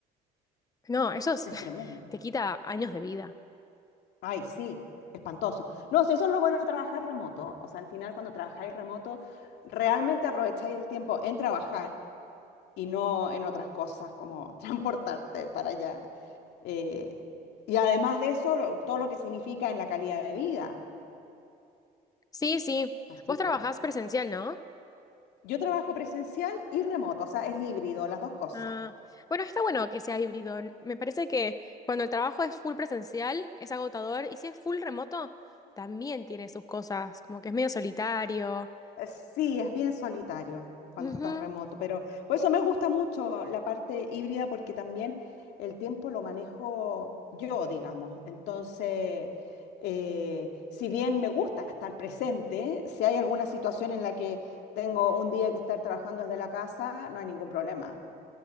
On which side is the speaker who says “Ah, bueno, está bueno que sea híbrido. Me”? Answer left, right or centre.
Left